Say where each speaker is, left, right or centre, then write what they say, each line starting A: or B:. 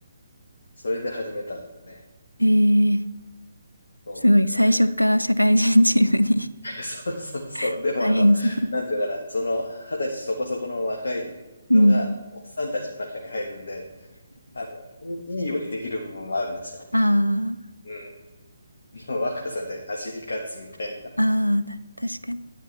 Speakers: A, on the left; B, on the left.
A: それで始めたんですよね。
B: えー、
A: そう、
B: すごい、
A: でもや、
B: 最初から社会人チームに
A: <laughs> そうそうそう、
B: <laughs>
A: でもあの、
B: 大変そう。
A: なんていうのかな、その二十歳そこそこの若いのが、
B: うん。
A: おっさんたちの中に入るんで、あの、いいようにできる部分もあるんですよ。
B: あ
A: うん。<laughs> 若さで走り勝つみたいな。
B: あ、<laughs> ああ、た確かに。